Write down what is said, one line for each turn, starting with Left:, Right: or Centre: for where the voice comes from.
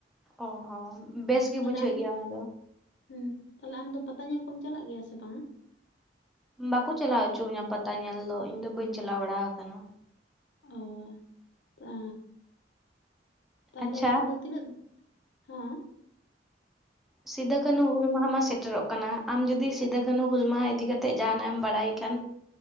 Centre: ᱚ ᱦᱚᱸ ᱵᱮᱥ ᱜᱮ
Left: ᱛᱟᱦᱚᱞᱮ
Centre: ᱵᱩᱡᱷᱟᱹᱜ
Left: ᱟᱢ ᱫᱚ
Centre: ᱜᱮᱭᱟ ᱚᱱᱟ
Left: ᱦᱩᱸ ᱛᱟᱦᱚᱞᱮ ᱟᱢ ᱫᱚ ᱯᱟᱛᱟ ᱧᱮᱞ ᱠᱚᱢ ᱪᱟᱞᱟᱜ ᱜᱮᱭᱟ ᱥᱮ ᱵᱟᱝᱟ?
Centre: ᱵᱟᱠᱚ ᱪᱟᱞᱟᱣ ᱚᱪᱚᱣᱤᱧᱟᱹ ᱯᱟᱛᱟ ᱧᱮᱞ ᱫᱚ ᱤᱧ ᱫᱚ ᱵᱟᱹᱧ ᱪᱟᱞᱟᱣ ᱵᱟᱲᱟ ᱠᱟᱱᱟ᱾
Left: ᱚ ᱛᱟ ᱛᱟᱦᱞᱮ
Centre: ᱟᱪᱪᱷᱟ
Left: ᱟᱢᱫᱚ ᱛᱤᱱᱟᱹᱜ ᱦᱚᱸᱼᱼ
Centre: ᱥᱤᱫᱟᱹ ᱠᱟᱹᱱᱩ ᱦᱩᱞ ᱢᱟᱦᱟ ᱢᱟ ᱥᱮᱴᱮᱨᱚᱜ ᱠᱟᱱᱟ ᱟᱢ ᱡᱩᱫᱤ ᱥᱤᱫᱩ ᱠᱟᱹᱱᱩ ᱦᱩᱞ ᱢᱟᱦᱟ ᱤᱫᱤ ᱠᱟᱛᱮᱫ ᱡᱟᱦᱟᱱᱟᱜ ᱮᱢ ᱵᱟᱲᱟᱭ ᱠᱷᱟᱱ